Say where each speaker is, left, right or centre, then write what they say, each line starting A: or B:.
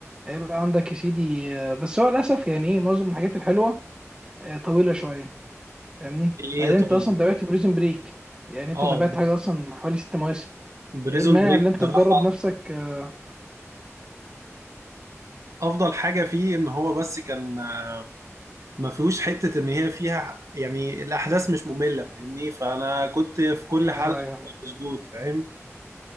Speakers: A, on the right (about 20°); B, on the right (about 80°).
A: هيبقى عندك يا سيدي آه، بس هو للاسف يعني ايه معظم الحاجات الحلوه آه، طويله شويه فاهمني
B: ايه
A: بعدين
B: طيب
A: انت اصلا تابعت بريزن بريك يعني انت
B: اه
A: تابعت حاجه اصلا حوالي ست مواسم
B: بريزون
A: ايه المانع
B: بريك
A: اللي انت
B: بصراحة
A: تجرب نفسك آه،
B: افضل حاجة فيه ان هو بس كان آه، ما فيهوش حتة ان هي فيها يعني الاحداث مش مملة فاهمني فانا كنت في كل
A: ايوه
B: حلقة
A: ايوه
B: ببقى مشدود فاهم